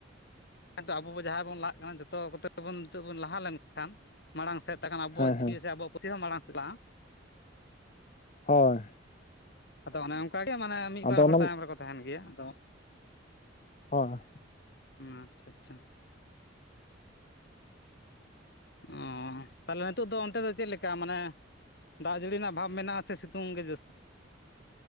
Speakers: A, on the left; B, on the left.
A: ᱱᱤᱛᱚᱜ ᱟᱵᱚ ᱵᱚ ᱡᱟᱦᱟᱸᱭ ᱵᱚᱱ ᱞᱟᱦᱟᱜ ᱠᱟᱱᱟ ᱡᱚᱛᱚ ᱠᱚᱛᱮ ᱵᱚᱱ ᱱᱤᱛᱚᱜ ᱵᱚᱱ ᱞᱟᱦᱟ ᱞᱮᱱᱠᱷᱟᱱ ᱢᱟᱲᱟᱝ ᱥᱮᱫ ᱛᱚᱠᱷᱟᱱ ᱟᱵᱚᱣᱟᱜ
B: ᱦᱮᱸ
A: ᱪᱤᱠᱤ
B: ᱦᱮᱸ
A: ᱥᱮ ᱟᱵᱚᱣᱟᱜ ᱯᱟᱹᱨᱥᱤ ᱦᱚᱸ ᱢᱟᱲᱟᱝ ᱪᱟᱞᱟᱜᱼᱟ᱾
B: ᱦᱳᱭ
A: ᱟᱫᱚ ᱚᱱᱮ ᱚᱱᱠᱟᱜᱮ ᱢᱟᱱᱮ ᱢᱤᱫ
B: ᱟᱫᱚ
A: ᱵᱟᱨ ᱦᱚᱲ
B: ᱚᱱᱟ
A: ᱛᱟᱭᱚᱢ ᱨᱮᱠᱚ ᱛᱟᱦᱮᱱ ᱜᱮᱭᱟ ᱟᱫᱚ,
B: ᱦᱳᱭ
A: ᱟᱪᱪᱷᱟ ᱟᱪᱪᱷᱟ ᱚ ᱛᱟᱦᱞᱮ ᱱᱤᱛᱚᱜ ᱫᱚ ᱚᱱᱛᱮ ᱫᱚ ᱪᱮᱫ ᱞᱮᱠᱟ ᱢᱟᱱᱮ ᱫᱟᱜ ᱡᱟᱹᱲᱤ ᱨᱮᱱᱟᱜ ᱵᱷᱟᱵᱽ ᱢᱮᱱᱟᱜ-ᱟ ᱥᱮ ᱥᱤᱛᱩᱝ ᱜᱮ ᱡᱟᱹᱥᱛᱤᱼᱼ